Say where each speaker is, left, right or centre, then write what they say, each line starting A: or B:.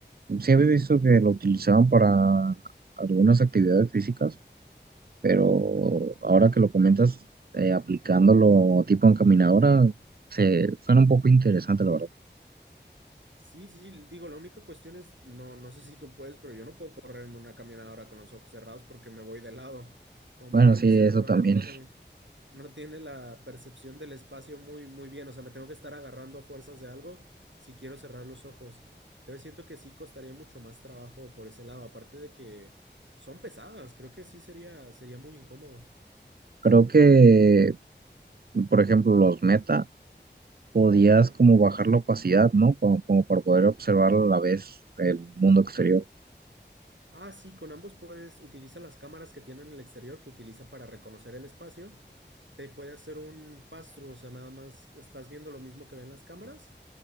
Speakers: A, on the right; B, on the right.
A: sí había visto que lo utilizaban para algunas actividades físicas pero ahora que lo comentas, eh, aplicándolo tipo encaminadora, se suena un poco interesante, la verdad.
B: Sí, sí, sí, digo, la única cuestión es, no, no sé si tú puedes, pero yo no puedo correr en una caminadora con los ojos cerrados porque me voy de lado. Como
A: Bueno,
B: que
A: sí,
B: mi cerebro
A: eso también.
B: no tiene, no tiene la percepción del espacio muy, muy bien. O sea, me tengo que estar agarrando a fuerzas de algo si quiero cerrar los ojos. Entonces siento que sí costaría mucho más trabajo por ese lado, aparte de que son pesadas, creo que sí sería, sería muy incómodo.
A: Creo que, por ejemplo, los meta, podías como bajar la opacidad, ¿no? Como, como para poder observar a la vez el mundo exterior.
B: Ah, sí, con ambos puedes utiliza las cámaras que tienen en el exterior que utiliza para reconocer el espacio. Te puede hacer un pass-through, o sea, nada más estás viendo lo mismo que ven las cámaras